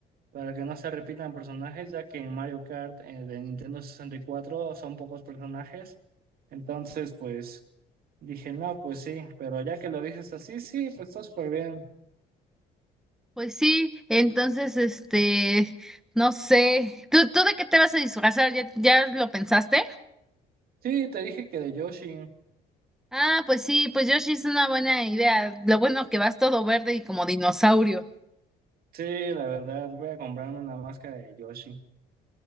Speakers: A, on the right; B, in the centre.
A: para que no se repitan personajes, ya que en Mario Kart eh, de Nintendo 64 son pocos personajes. Entonces, pues dije, no, pues sí, pero ya que lo dices así, sí, pues está súper bien.
B: Pues sí, entonces, este, no sé, ¿tú, tú de qué te vas a disfrazar? ¿Ya, ya lo pensaste?
A: Sí, te dije que de Yoshi.
B: Ah, pues sí, pues Yoshi es una buena idea. Lo bueno que vas todo verde y como dinosaurio.
A: Sí, la verdad, voy a comprarme una máscara de Yoshi.